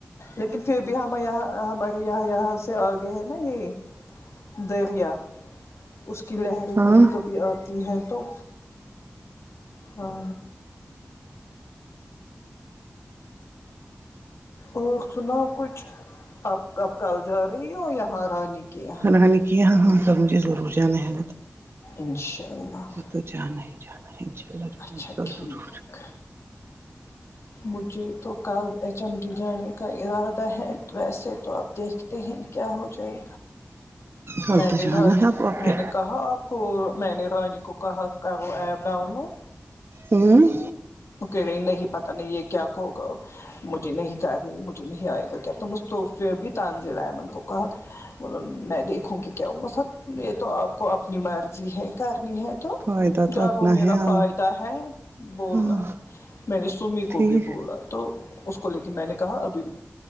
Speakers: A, on the left; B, on the right.
A: لیکن پھر بھی ہم یہاں ہمارے یہاں یہاں سے آگے ہے نا یہ دریا اس کی لہریں
B: ہاں
A: کبھی کبھی آتی ہیں تو ہاں اور سناؤ کچھ اب اب کل جا رہی ہو یہاں رانی کے یہاں
B: راانی کے یہاں ہاں مجھے ضرور جانے ہے
A: انشاء اللہ
B: تو جانا ہی جانا ہے اللہ جاؤں
A: اچھا
B: گی کل
A: ٹھیک
B: ضرور
A: مجھے تو کل ایچ ایم ٹی جانے کا ارادہ ہے ویسے تو آپ دیکھتے ہیں کیا ہو جائے
B: کل
A: میں
B: تو
A: نے
B: جانا
A: رانی
B: ہے آپ آپ
A: میں
B: کے
A: نے کہا آپ کو میں نے رانی کو کہا کا وہ ایپ ڈاؤن لوڈ
B: امم
A: کہ رہے نہیں پتہ نہیں یہ کیا کہگا مجھے نہیں کرنی مجھے نہیں آئے گا کیا تو مف بھی تانزیل امن کو کہا میں دیکھوں گی کیاوہ ںسب یہ تو آپ کو اپنی مرضی ہے کرنی ہے تو
B: فائدہ
A: کیا
B: تو اپنا
A: وہ میرا
B: ہے ہاں
A: فائدہ ہے بولنا
B: ہاں
A: میں نے سمی کو
B: ٹھیک
A: بھی بولا تو اس کو لے کے میں نے کہا ابھی